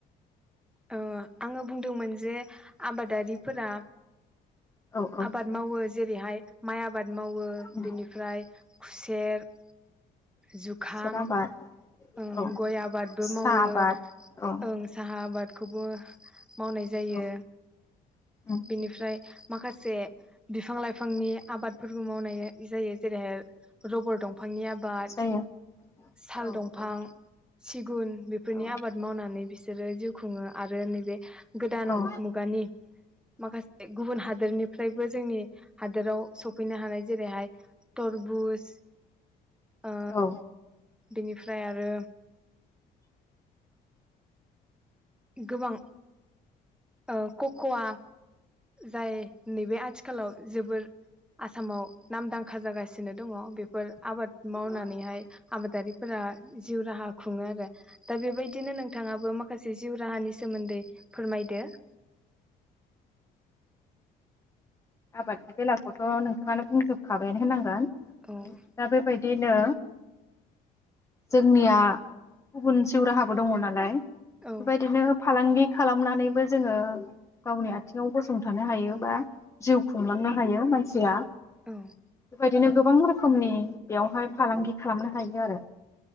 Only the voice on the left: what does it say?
औ औ
औ
खुसेर आबाद
औ
साहा
आबाद औ
औ उम
जायो
औ
उम
औ
औ
औ
औ
आबादनि बेलाखौथ नोंथाङानो बुंजोबखाबायानो होननांगोन।
दा बेबाय दिनो जोंनिया गुबुन जिउ राहाबो दङ नालाय।
बेबायदिनो फालांगि खालामनानैबो जोङो गावनि आथिङाव गसंथानो हायो बा जिउ खुंलांनो हायो मानसिया।
बेबायदिनो गोबां रोखोमनि बेयावहाय फालांगि खालामनो हायो आरो